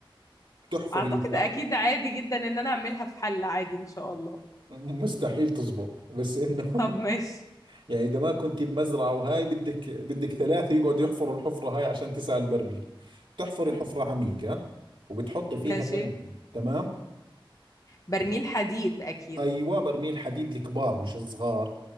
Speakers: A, on the right; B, on the left.
A: بتحفريها
B: اعتقد اكيد عادي جدا ان انا اعملها في حل عادي ان شاء الله
A: مستحيل تزبط بس انه
B: طب ماشي
A: <laughs> يعني اذا ما كنت بمزرعه وهاي بدك بدك ثلاثه يقعدوا يحفروا الحفره هاي عشان تسعى البرميل بتحفري
B: <laughs>
A: حفره عميقه وبتحطي فيها
B: ماشي
A: برميل تمام
B: برميل حديد اكيد
A: ايوه برميل حديد الكبار مش الصغار